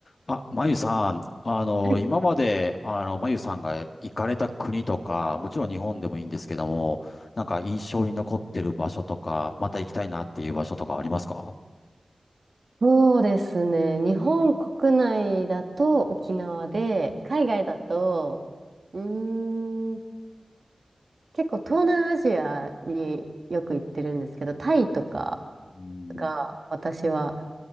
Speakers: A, on the left (about 55°); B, on the right (about 60°).
A: あ、まゆさん、あの、
B: はい
A: 今まで、あの、まゆさんが行かれた国とか、もちろん日本でもいいんですけども、なんか印象に残ってる場所とか、また行きたいなっていう場所とかありますか
B: そうですね。日本国内だと沖縄で、海外だと、うーん、結構東南アジアによく行ってるんですけど、タイとか
A: うん。
B: が私は